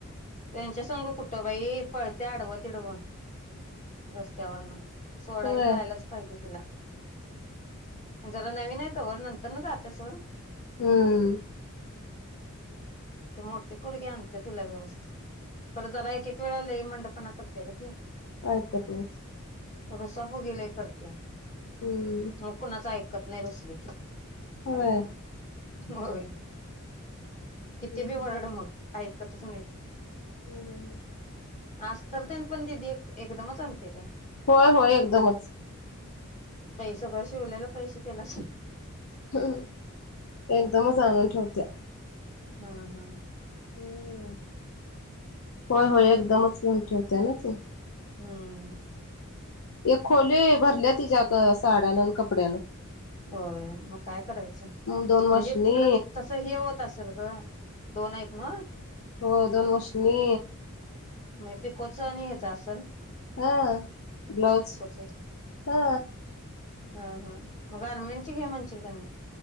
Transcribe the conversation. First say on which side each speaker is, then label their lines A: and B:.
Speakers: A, on the left; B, on the left.
A: त्यांच्या संग कुठं बाई पळते आडवं तिडव रस्त्यावरन सोडायला
B: होय.
A: जायलाच पाहिजे तिला जरा नवीन आहे तोवर नंतरन जात्यात सोड
B: हम्म
A: ते मोठी पोरगी आणते तिला व्यवस्थित पर जरा एक एक वेळा लई मंडपणा करते ग ती
B: बायका तेच
A: रुसा फुगी लय करतिया
B: हम्म.
A: तु कुणाच ऐक ऐकत नाही रूसली की
B: व्हय
A: होय किती
B: हम्म हम्म.
A: बी वरड मग ऐकतच नाहीती
B: हम्म हम् हम्
A: आस्तर तेन पण दिदी एक एकदमच आणते काय?
B: होय होय एकदमच
A: बइ सगळं शिवलेल पैसे त्यालाच
B: हम्म एकदमच आनून ठेवत्या
A: हा हा
B: हम्म होय होय एकदमच घेऊन ठेवू त्याला ते
A: हम्म
B: ते खोली भरल्या तिच्या क साड्यान कपड्यान
A: होय मग काय करायचं
B: दोन
A: म्हणजे
B: मशनी.
A: तिकड बी तस हे होत असल गं दोन हाइत न्हव
B: हो दोन वर्षनी
A: म पीकोच आणि हेज असल
B: हा ब्लाउज
A: एक
B: हा
A: ह हा म ग आनमची गे मंचिलकणी